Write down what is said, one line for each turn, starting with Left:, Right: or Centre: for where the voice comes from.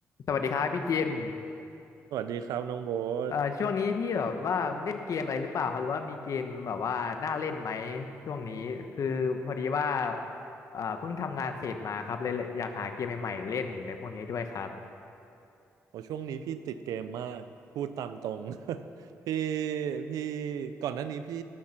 Left: สวัสดีครับพี่เจน
Right: สวัสดีครับน้องโบ๊ท
Left: เอ่อช่วงนี้พี่แบบว่าเล่นเกมอะไรหรือเปล่าครับหรือว่ามีเกมแบบว่าน่าเล่นไหมช่วงนี้คือพอดีว่าเอ่อเพิ่งทำงานเสร็จมาครับเลยอยากหาเกมใหม่ๆเล่นในพวกนี้ด้วยครับ
Right: โอช่วงนี้พี่ติดเกมมากพูดตามตรง <laughs> พี่พี่ก่อนหน้านี้พี่